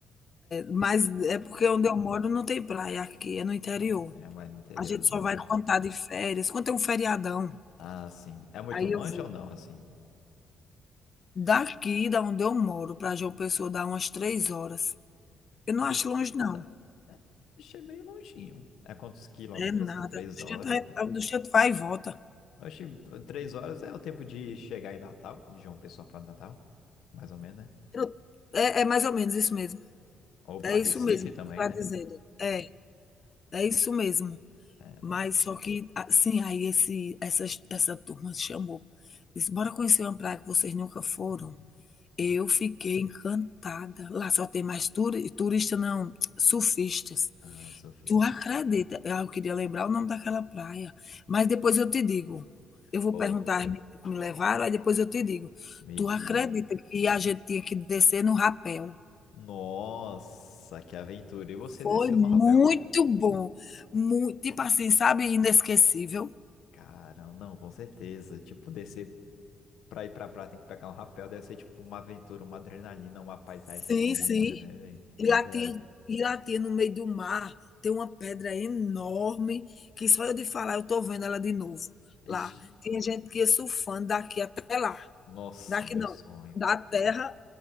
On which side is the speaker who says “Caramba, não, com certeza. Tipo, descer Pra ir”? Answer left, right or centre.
Left